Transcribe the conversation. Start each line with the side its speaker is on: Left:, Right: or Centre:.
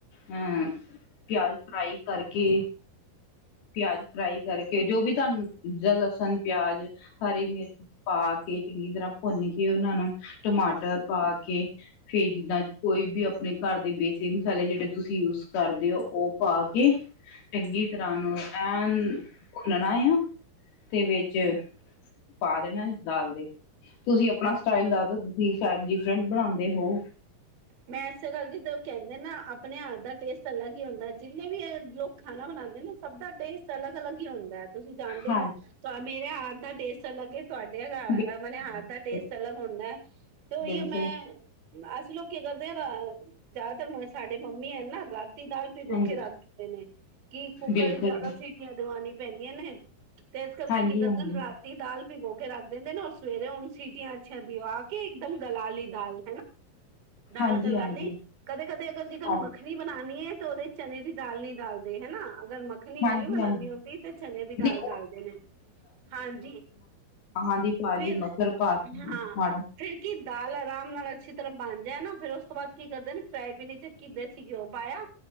Left: ਹਮ ਪਿਆਜ ਫਰਾਈ ਕਰਕੇ ਪਿਆਜ ਫਰਾਈ ਕਰਕੇ, ਜੋ ਵੀ ਤੁਹਾਨੂੰ ਲਸਣ, ਪਿਆਜ, ਹਰੀ ਮਿਰਚ ਪਾ ਕੇ, ਚੰਗੀ ਤਰ੍ਹਾਂ ਭੁੰਨ ਕੇ ਉਹਨਾਂ ਨੂੰ, ਟਮਾਟਰ ਪਾ ਕੇ ਫੇਰ ਜਿੱਦਾਂ, ਕੋਈ ਵੀ ਆਪਣੇ ਘਰ ਦੇ ਬੇਸਿਕ ਮਸਾਲੇ, ਜਿਹੜੇ ਤੁਸੀਂ ਯੂਜ ਕਰਦੇ ਹੋ, ਉਹ ਪਾ ਕੇ ਚੰਗੀ ਤਰ੍ਹਾਂ ਨੂੰ, ਐਨ ਭੁੰਨਣਾ ਆ ਤੇ ਵਿੱਚ ਪਾ ਦੇਣਾ ਇਸ ਦਾਲ ਦੇ ਤੁਸੀਂ ਆਪਣਾ ਸਟਾਈਲ ਦੱਸ ਦਿਉ, ਤੁਸੀਂ ਸ਼ਾਇਦ ਡਿਫਰੈਂਟ ਬਣਾਉਂਦੇ ਹੋ?
Right: ਮੈਂ ਇਸੇ ਕਰਕੇ ਤੇ ਉਹ ਕਹਿੰਦੇ ਨਾ, ਆਪਣੇ ਹੱਥ ਦਾ ਟੇਸਟ ਅਲੱਗ ਹੀ, ਹੁੰਦਾ ਜਿੰਨੇ ਵੀ ਲੋਕ ਖਾਣਾ ਬਣਾਉਂਦੇ ਨਾ, ਸਭ ਦਾ ਟੇਸਟ ਅਲੱਗ-ਅਲੱਗ ਹੀ ਹੁੰਦਾ ਤੁਸੀਂ ਜਾਣਦੇ
Left: ਹਾਂਜੀ
Right: ਹੀ ਹੋ, ਤਾਂ ਮੇਰੇ ਹੱਥ ਦਾ ਟੇਸਟ ਅਲੱਗ ਤੁਹਾਡੇ ਮਤਲਬ,
Left: ਹਾਂਜੀ,
Right: ਆਪਣੇ ਹੱਥ ਦਾ ਟੇਸਟ
Left: ਬਿਲਕੁਲ
Right: ਅਲੱਗ ਹੁੰਦਾ ਤੇ ਉਹੀ
Left: ਬਿਲਕੁਲ
Right: ਮੈਂ ਅ ਲੋਕੀ ਕੀ ਕਰਦੇ ਆ, ਜ਼ਿਆਦਾਤਰ ਸਾਡੇ ਮੰਮੀ ਹੈ ਨਾ ਰਾਤੀ ਦਾਲ ਭਿਗੋ
Left: ਹਾਂਜੀ
Right: ਕੇ ਰੱਖ ਦਿੰਦੇ ਨੇ ਕਿ, ਕੁੱਕਰ
Left: ਬਿਲਕੁਲ
Right: ਵਿਚ ਜਿਆਦਾ
Left: ਜੀ
Right: ਸੀਟੀਆਂ ਦਵਾੀਆਂ ਪੈਂਦੀਆਂ ਨੇ, ਤੇ ਇਸ ਕਰਕੇ
Left: ਹਾਂਜੀ
Right: ਕੀ ਕਰਦੇ
Left: ਹਾਂਜੀ
Right: ਨੇ, ਰਾਤੀ ਦਾਲ ਭਿਗੋ ਕੇ ਰੱਖ ਦਿੰਦੇ ਨੇ, ਰ ਸਵੇਰੇ ਹੁਣ ਸੀਟੀਆਂ ਅੱਛੀਆਂ ਦਿਓ ਕੇ, ਇੱਕਦਮ ਗਲਾ ਲੀ ਦਾਲ ਦਾਲ
Left: ਹਾਂਜੀ
Right: ਗਾ
Left: ਹਾਂਜੀ
Right: ਲੀ, ਕਦੇ -ਕਦੇ ਅਗਰ ਜਿਕਨ
Left: ਹਾਂਜੀ
Right: ਮ ਮੱਖਣੀ ਬਣਾਣੀ ਏ ਤੇ ਉਹਦੇ ਚਨੇ ਦੀ ਦਾਲ ਨੀ ਡਾਲਦੇ ਹੇਨਾ, ਅਗਰ ਮ ਮਖਣੀ
Left: ਹਾਂਜੀ
Right: ਨੀ ਬਣਾਉਣੀ
Left: ਹਾਂਜੀ
Right: ਔਂਦੀ ਤੇ ਚਨੇ ਦੀ
Left: ਨਹੀਂ
Right: ਦਾਲ
Left: ਉਹ
Right: ਡਾਲਦੇ ਨੇ, ਹਾਂਜੀ।
Left: ਅਹਾਂ ਜੀ ਕਾਲੀ
Right: ਫਿਰ
Left: ਮਸਰ ਪਾ ਤੀ
Right: ਹਾਂ
Left: ਏ ਮਾੜਾ।
Right: ਫਿਰ ਕੀ ਦਾਲ ਆਰਾਮ ਨਾਲ ਅੱਛੀ ਤਰ੍ਹਾਂ ਬਾਣ ਜਾਏ ਨਾ ਫੇਰ ਓਸ ਤੋਂ ਬਾਅਦ ਕੀ ਕਰਦੇ ਨੇ, ਫਰਾਏ ਪੈਨ ਚ ਕਿ ਦੇਸੀ ਘਿਓ ਪਾਏਆ